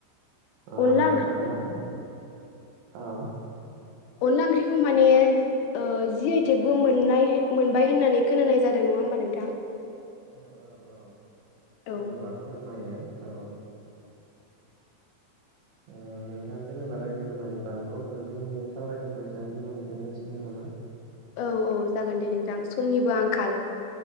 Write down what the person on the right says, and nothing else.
औ
नोंथां औ।
औ औ औ जेन'बा
फोरमायो औ।
ओ नोंथाङा जेनेबा रायज्लायगौ मानि बांगौथ' जोंनि सावरायनायखौ एसांखिनियावनो दोन जासिगोन नामा?